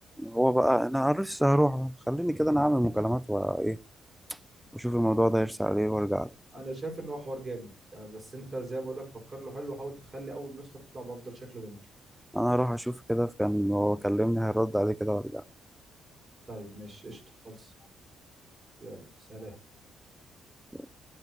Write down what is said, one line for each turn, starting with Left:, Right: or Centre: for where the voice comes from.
Centre: هو بقى انا لسه هروح خليني كده انا اعمل مكالمات وايه واشوف الموضوع ده يرسى عليه وارجع له
Right: انا شايف ان هو حوار جامد يعني بس انت زي ما بقول لك فكر له حلو وحاول تخلي اول نسخه تطلع بافضل شكل ممكن
Centre: انا هروح اشوف كده كان هو كلمني هيرد عليه كده وارجع
Right: طيب ماشي قشطه خلص يلا سلام
Centre: له